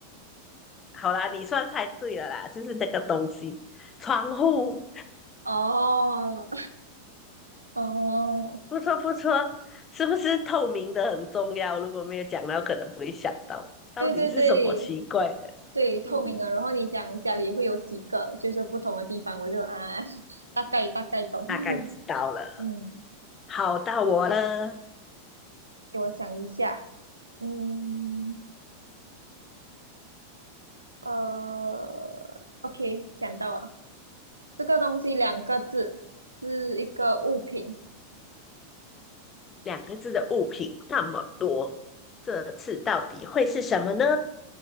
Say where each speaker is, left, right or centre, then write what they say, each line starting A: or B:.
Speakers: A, on the left; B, on the right.
A: 好啦，你算猜对了啦，就是这个东西，窗户，
B: 哦，哦，
A: 不错不错，是不是透明的很重要？如果没有讲到，可能不会想到到底是什么奇怪的。
B: 对对对对，透明啊。
A: 嗯，
B: 然后你讲家里会有几个，就是不同的地方，我就啊，<laughs> 大概大概懂。
A: 大概知道了。
B: <laughs> 嗯，
A: 好，到我了，
B: 给我想一下。嗯，呃，OK，想到了，这个东西两个字，是一个物品。
A: 两个字的物品那么多，这次到底会是什么呢？